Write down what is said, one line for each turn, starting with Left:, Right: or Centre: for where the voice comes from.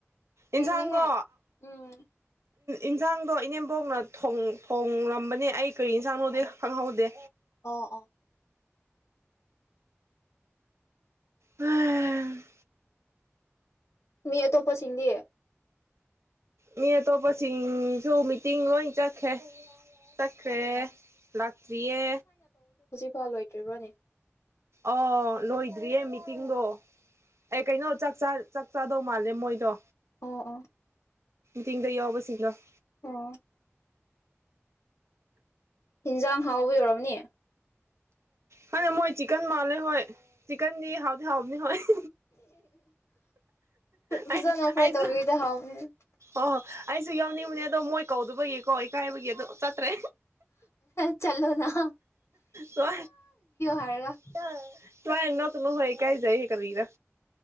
Left: ꯊꯦꯡꯉꯦꯍꯦ
Right: ꯏꯟꯁꯥꯡꯗꯣ
Left: ꯎꯝ
Right: ꯏꯟꯁꯥꯡꯗꯣ ꯏꯅꯦꯝꯕꯣꯛꯅ ꯊꯣꯡ ꯊꯣꯡ ꯔꯝꯕꯅꯦ ꯑꯩ ꯀꯔꯤ ꯏꯟꯁꯥꯡꯅꯣꯗꯤ ꯈꯪꯍꯧꯗꯦ
Left: ꯑꯣ ꯑꯣ
Right: ꯑꯝ
Left: ꯃꯤ ꯑꯇꯣꯞꯄꯁꯤꯡꯗꯤ
Right: ꯃꯤ ꯑꯇꯣꯞꯁꯤꯡ ꯁ ꯃꯇꯤꯡ ꯋꯥꯏ ꯆꯈꯦ ꯆꯠꯈ꯭ꯔꯦ
Left: ꯑꯣ
Right: ꯂꯥꯛꯇ꯭ꯔꯤꯌꯦ
Left: ꯐꯥꯎ ꯂꯣꯏꯗ꯭ꯔꯤꯕꯣꯅꯦ
Right: ꯑꯣ ꯂꯣꯏꯗ꯭ꯔꯤꯌꯦ ꯃꯤꯇꯤꯡꯗꯣ ꯑꯩ ꯀꯩꯅꯣ ꯆꯥꯛ ꯆꯥꯗꯧ ꯃꯥꯜꯂꯦ ꯃꯣꯏꯗꯣ
Left: ꯑꯣ ꯑꯣ
Right: ꯇꯤꯡꯗ ꯌꯥꯎꯕꯁꯤꯡꯗꯣ ꯑꯣ ꯑ
Left: ꯑꯣ ꯏꯟꯁꯥꯡ ꯍꯥꯎꯕꯒꯤ ꯑꯣꯏꯔꯝꯅꯤ
Right: ꯍ ꯃꯣꯏ ꯆꯛꯦꯦꯟ ꯃꯥꯔꯦ ꯍꯣꯏ ꯆꯦꯟꯗꯤ ꯍꯥꯎꯗꯤ ꯍꯥꯎꯕꯅꯤ ꯍꯣꯏ <unintelligible>
Left: ꯐꯖꯅ
Right: ꯑꯩ
Left: ꯐ꯭ꯔꯥꯏ
Right: ꯑꯩꯁꯨ
Left: ꯇꯧꯕꯤꯗ ꯍꯥꯎꯅꯦ
Right: ꯑꯣ ꯑꯩꯁꯨ ꯌꯥꯎꯅꯤꯡꯕꯅꯦ ꯑꯗꯣ ꯃꯣꯏ ꯀꯧꯗꯕꯒꯤ ꯀꯣ ꯏꯀꯥꯏꯕꯒꯤꯀꯣ ꯆꯠꯇ꯭ꯔꯦ
Left: ꯆꯠꯂꯣꯅꯥ
Right: ꯇ
Left: ꯍꯥꯏꯔꯒ
Right: ꯇꯔ ꯑꯅ ꯀꯅꯍꯣꯏ <unintelligible> ꯏꯀꯥꯏꯖꯩ ꯀꯔꯤꯔꯥ